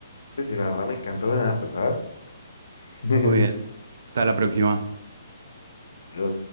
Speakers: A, on the left; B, on the right.
A: Sí, sí, la verdad me encantó ganarte, ¿sabes? <laughs>
B: Muy bien. Hasta la próxima.
A: Pero